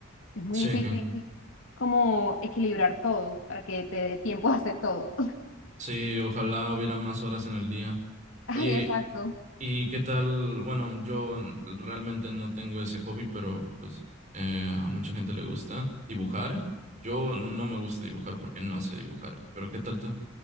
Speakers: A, on the left; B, on the right.
A: Es muy
B: sí,
A: difícil como equilibrar todo para que te dé tiempo de hacer todo. <laughs>
B: sí, ojalá hubiera más horas en el día.
A: Ay,
B: Oye,
A: exacto.
B: ¿y qué tal? Bueno, yo realmente no tengo ese hobby, pero pues eh, a mucha gente le gusta dibujar. Yo no me gusta dibujar porque no sé dibujar, pero ¿qué tal tú?